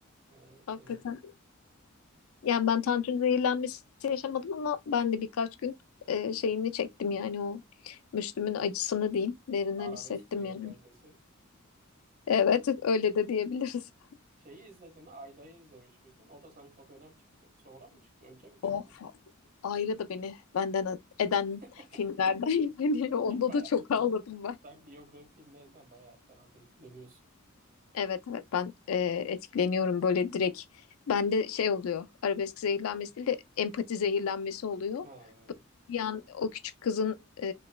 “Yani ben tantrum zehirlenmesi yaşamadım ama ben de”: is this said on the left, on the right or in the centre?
Left